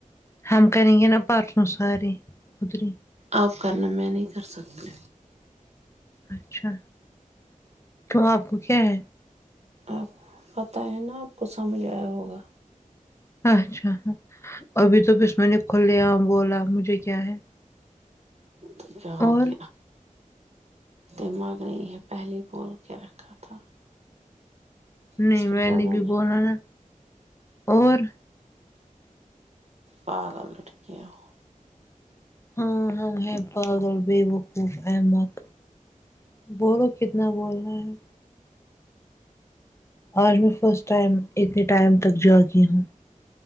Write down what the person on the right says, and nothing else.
آپ کرنا میں نہیں کر سکتے
آپ پتہ ہے نا آپ کو سمجھ آیا ہوگا
تو کیا ہو
گیا دماغ نہیں ہے پھلے ہی بول کے رکھا تھا
اس پہ
زیادہ
ہاں ابھی ٹھیک ہے ہوں